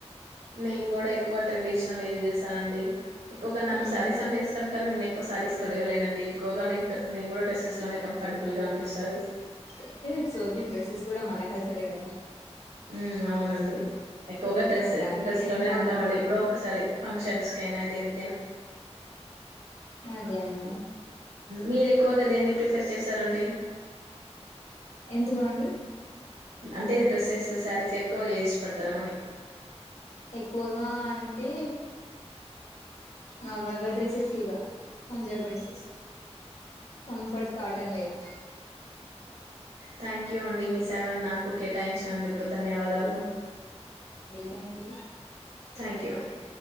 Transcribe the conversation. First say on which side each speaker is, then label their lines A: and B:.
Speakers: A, on the right; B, on the left.
A: నేను కూడా ఎక్కువ ట్రెడిషనల్ యూజ్ చేస్తానండి ఎక్కువగా నాకు
B: ఉమ్
A: శారీస్ అంటే ఇష్టం కనీ నేనెక్కొ సారిస్ తొడగలేనండి కో గానే ఇంటర్ నేను కూడా డ్రెస్సెస్ లోనే కంఫర్టబుల్ గా అనిపిస్తది
B: అంటే ఇట్స్ ఓకే డ్రెస్సెస్ కూడా మన కల్చరే కదా
A: ఊ అవునండి ఎక్కువగా
B: ఉమ్
A: డ్రెస్
B: దానికి
A: డ్రెస్
B: కూడా
A: లోనే
B: ఏం కాదంలేండి
A: ఉంటామండి ఎప్పుడో ఒకసారి ఫంక్షన్స్ కెనాదిని
B: అదే అండి
A: మీర్ ఎక్కువగా
B: ఉమ్
A: దేని ప్రిఫెర్ చేస్తారండీ
B: ఎందులో అండి
A: అంటే డ్రెస్సెస్ నువ్ శారీస్ ఎక్కువ ఏష్ పెడతనవని
B: ఎక్కువగా అంటే నార్మల్గా డ్రెస్సెస్ ఇగ Punjab dresses comfort cotton wear
A: thank you అండి మీ సమ నాకు కేటాయించినందుకు ధన్యవాదాలు
B: థాంక్ యు
A: థ్యాంక్ యూ అండి